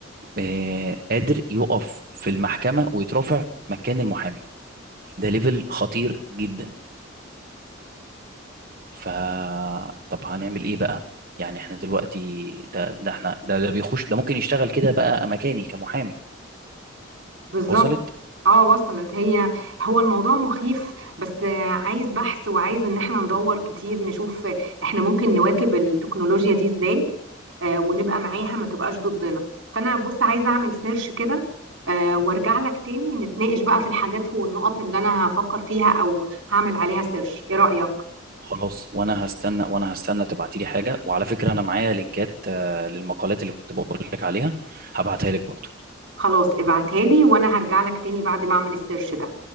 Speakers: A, on the right (about 45°); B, on the right (about 70°).
A: آه، قادر يقف في المحكمة ويترافع مكان المحامي ده ليفل خطير جدا ف طب هنعمل إيه بقى؟ يعني احنا دلوقتي ده ده احنا ده ده بيخش ده ممكن يشتغل كده بقى مكاني كمحامي
B: بالظبط
A: وصلت
B: اه وصلت هي هو الموضوع مخيف بس آه، عايز بحث وعايز ان احنا ندور كتير نشوف آه، احنا ممكن نواكب التكنولوجيا دي ازاي آه، ونبقى معاها ما تبقاش ضدنا فانا بص عايزه اعمل سيرش كده آه، وارجع لك تاني نتناقش بقى في الحاجات والنقط اللي انا هفكر فيها او هعمل عليها سيرش ايه رأيك
A: خلاص وانا هستنى وانا هستنى تبعتي لي حاجه وعلى فكره انا معايا لينكات آه، للمقالات اللي كنت بقول لك عليها هبعتها لك برضو
B: خلاص ابعتها لي وانا هرجع لك تاني بعد ما اعمل السيرش ده